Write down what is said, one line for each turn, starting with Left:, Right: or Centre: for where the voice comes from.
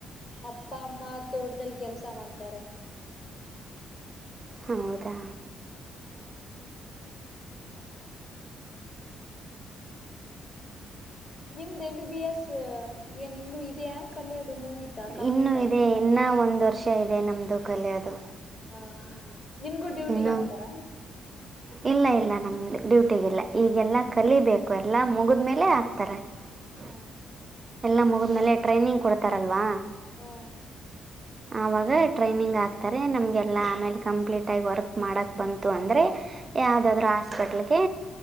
Left: ಅಪ್ಪ ಅಮ್ಮ ತೋಟದಲ್ಲಿ ಕೆಲ್ಸ ಮಾಡ್ತಾರೆ
Right: ಹೌದಾ
Left: ಹ್ಮ್ ನಿಮ್ದ ಎಂ ಬಿ ಬಿ ಎಸ್ ಏನ್ ಇನ್ನು ಇದೆಯಾ ಕಲಿಯೋದು ಕಂಪ್ಲೀಟ್
Right: ಇನ್ನೂ
Left: ಆಯ್ತಾ
Right: ಇದೆ ಇನ್ನ ಒಂದು ವರ್ಷ ಇದೆ ನಮ್ದು ಕಲಿಯೋದು
Left: ಹಾ ನಿಮಗೂ ಡ್ಯೂಟಿಗ
Right: ಇನ್ನೂ
Left: ಆಗ್ತಾರಾ
Right: <inaudible> ಇಲ್ಲ ಇಲ್ಲ ನಮ್ದು ಡ್ಯೂಟಿಗ ಇಲ್ಲ ಈಗೆಲ್ಲಾ ಕಲಿಬೇಕು ಎಲ್ಲಾ ಮುಗಿದ್ಮೇಲೆ ಹಾಕ್ತಾರೆ ಹ
Left: ಹಾ
Right: ಎಲ್ಲ ಮುಗದ್ಮೇಲೆ ಟ್ರೈನಿಂಗ್ ಕೊಡ್ತಾರಲ್ವಾ
Left: ಹಾ
Right: ಆವಾಗ ಟ್ರೈನಿಂಗ್ ಆಕ್ತಾರೆ ನಮ್ಗೆಲ್ಲ ಆಮೇಲ ಕಂಪ್ಲೀಟ್ ಟಾಗಿ ವರ್ಕ್ ಮಾಡೋಕ್ಕ ಬಂತು ಅಂದರೆ ಯಾವದಾದ್ರೂ ಹಾಸ್ಪೆಟ್ಲ್ಗೆ